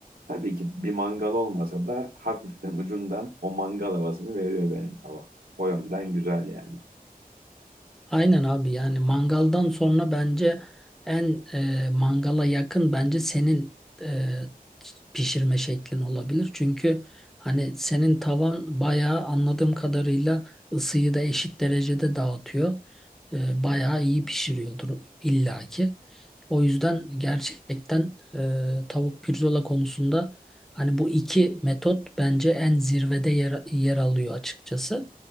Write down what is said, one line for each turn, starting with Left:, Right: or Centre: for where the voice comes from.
Right: tabii ki bir mangal olmasa da hafiften ucundan o mangal havasını veriyor benim tava. O yönden güzel yani.
Centre: Aynen abi yani mangaldan sonra bence en e, mangala yakın bence senin e, pişirme şeklin olabilir. Çünkü hani senin tavan bayağı anladığım kadarıyla ısıyı da eşit derecede dağıtıyor. E, bayağı iyi pişiriyordur illaki. O yüzden gerçekten e, tavuk pirzola konusunda hani bu iki metot bence en zirvede yer, yer alıyor açıkçası.